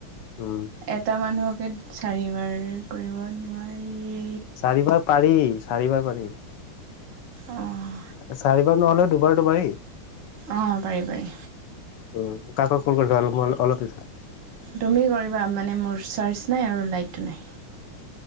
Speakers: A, on the left; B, on the right.
A: উম
B: এটা মানুহকে চাৰিবাৰ। কৰিব নোৱাৰি।
A: চাৰিবাৰ পাৰি চাৰিবাৰ পাৰি
B: অঁ
A: চাৰিবাৰ নহলেও দুবাৰ দুবাৰেই।
B: অ পাৰি পাৰি।
A: উ কাক ফোন কৰিবা অলপ পিছত।
B: তুমি কৰিবা মানে মোৰ চাৰ্জ নাই আৰু লাইটো নাই।